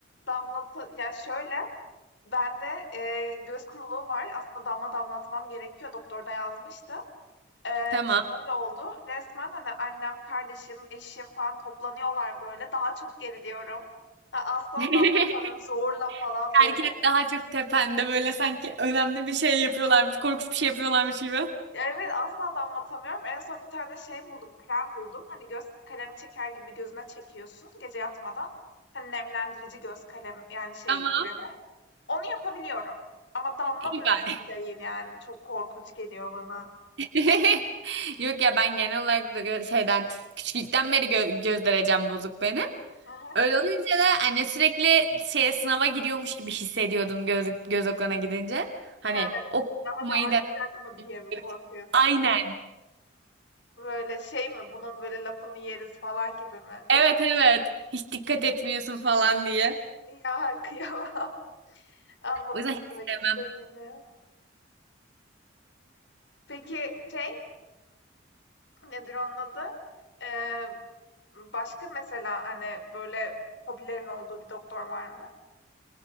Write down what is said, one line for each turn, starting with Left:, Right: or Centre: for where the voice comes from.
Left: damlata ya şöyle bende e, göz kuruluğu var. Aslında damla damlatmam gerekiyor. Doktor da yazmıştı. Eee,
Right: Tamam.
Left: şöyle oldu, resmen, hani, annem, kardeşim, eşim falan toplanıyorlar böyle. Daha çok geriliyorum. Ha, asla
Right: <laughs>
Left: damlatamıyorum zorla falan
Right: Herkes
Left: böyle.
Right: daha çok tepende böyle sanki önemli bir şey yapıyorlarmış, korkunç bir şey yapıyorlarmış gibi.
Left: Evet, asla damlatamıyorum. En son bir tane şey buldum, krem buldum. Hani, göz kalemi çeker gibi gözüne çekiyorsun gece yatmadan. Hani, nemlendirici göz kalem yani şey
Right: Tamam,
Left: kremi. Onu yapabiliyorum ama damla
Right: iyi
Left: mümkün
Right: bari.
Left: değil yani. Çok korkunç geliyor bana.
Right: <laughs> Yok ya ben genel olarak da gö- şeyden küçüklükten beri gö göz derecem bozuk benim.
Left: Hı hı.
Right: Öyle olunca da anne sürekli şeye sınava gidiyormuş gibi hissediyordum göz, göz okuluna gidince. Hani
Left: He,
Right: ok
Left: daha
Right: okumayı
Left: da artacak
Right: da
Left: mı diye mi
Right: <laughs>
Left: korkuyorsun?
Right: aynen.
Left: Böyle şey mi? Bunun böyle lafını yeriz falan gibi mi?
Right: Evet evet. Hiç dikkat etmiyorsun falan diye.
Left: Ya kıyamam. <laughs> Anladım
Right: O yüzden hiç
Left: demek
Right: sevmem.
Left: istediğini. Peki şey nedir onun adı? Ee, başka mesela hani böyle hobilerin olduğu bir doktor var mı?